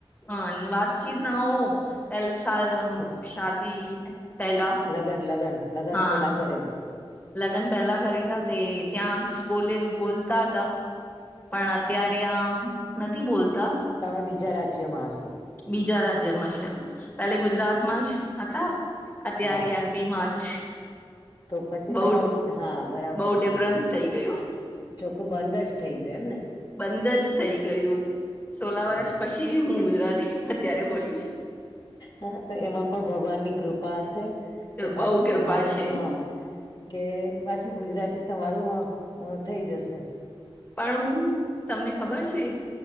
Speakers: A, on the left; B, on the left.
A: હ વાતચીત ના હો પેલસા શાદી પહેલા
B: લગ્ન લગ્ન લગ્ન
A: હા
B: પેલા કરેલું
A: લગ્ન પહેલા કરેલા તે ત્યાં બોલે બોલતા હતા પણ અત્યારે આમ નથી બોલતા
B: તમે બીજા રાજ્યમાં હશો
A: બીજા રાજ્યમાં છે પેલે ગુજરાતમાં હતા અત્યારે
B: હા
A: એમ બી જ
B: તો પછી
A: બઉ
B: તમારું હા બરાબર
A: બઉ ડિફરન્સ
B: હા
A: થઇ ગયું
B: ચોખ્ખું બંધ જ થઇ ગયું એમ ને
A: બંધ જ થઈ ગયું સોલા
B: હા
A: વર્ષ પછી હું ગુજરાતી અત્યારે બોલું છું
B: હા તો એમાં પણ ભગવાન ની કૃપા હશે કે પાછું
A: બઉ કૃપા
B: તમારું
A: છે
B: હા કે પાછું ગુજરાતી તમારું હ થઈ જશે
A: પણ હું તમને ખબર છે